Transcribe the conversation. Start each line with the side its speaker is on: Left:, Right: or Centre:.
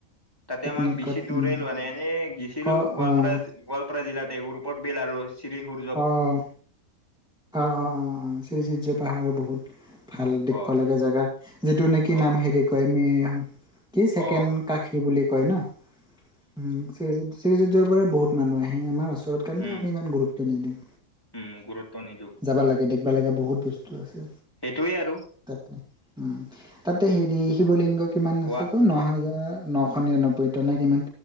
Left: তাতে
Centre: পিকনিকত
Left: আমাক, বেছি দৰাই
Centre: উম
Left: লৈ এনে, এনেই গিছিলো,
Centre: ক
Left: গোৱালপাৰা
Centre: অ',
Left: গোৱাল পাৰা জিলাতে <inaudible> শ্ৰী সুৰ
Centre: অ', অ', অ', অ', অ', অ', শ্ৰীসূৰ্য পাহাৰৰ বহুত ভাল দেখিব
Left: অ
Centre: লগীয়া জেগা, যিটো নেকি
Left: অ
Centre: নাম হেৰি কয় মি কি ছেকেণ্ড
Left: অ
Centre: কাষী বুলি কয় ন, উম শ্ৰীযুৰ্যৰ পৰা বহুত মানুহ আহে আমাৰ ওচৰত কাৰণে
Left: উম
Centre: আমি ইমান গুৰুত্ব নিদিওঁ।
Left: উম, গুৰুত্ব নিদিওঁ।
Centre: যাবা লাগে, দেখিবা লাগে বহুত বস্তু আছে।
Left: সেইটোৱে আৰু।
Centre: তাতে উম, তাতে হেৰি শিৱ লিংগ কিমান
Left: কোৱা
Centre: আছে ক ন হাজাৰ নশ নিৰানবৈতা নে কিমান?